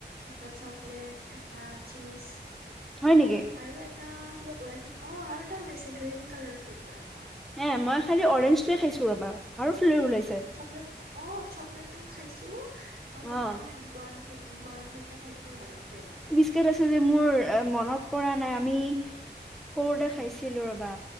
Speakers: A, on the right; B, in the centre.
A: এটা চকলেট এটা চীজ! <inaudible>
B: হয় নেকি?
A: আৰু এটা কিবা ওলাইছে অ', আৰু এটা ওলাইছে গ্ৰীণ কালাৰ ফ্লেভাৰ আক'!
B: হে মই খালি অৰেঞ্জটোৱে খাইছো ৰ'বা আৰু ফ্লেভাৰ ওলাইছে!
A: চকলেট, অ' চকলেটটো খাইছোঁ, অলপ
B: অ
A: মানে বৰ্ণ, বৰ্ণ ভি টা, টাইপৰ হয় ফ্লেভাৰটো!
B: আছ যে মোৰ মনত পৰা নাই আমি সৰুতে
A: উম
B: খাইছিলো ৰ'বা!